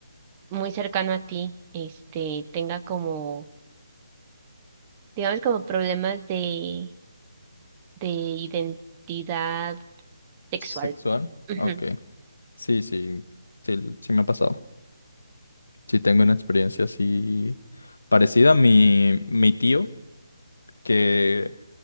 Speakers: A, on the right; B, on the left.
A: muy cercano a ti, este, tenga como, digamos, como problemas de, de identidad sexual?
B: ¿Sexual?
A: Ujú.
B: Ok. Sí, sí, sí, sí me ha pasado. Sí tengo una experiencia así parecida. Mi, mi tío que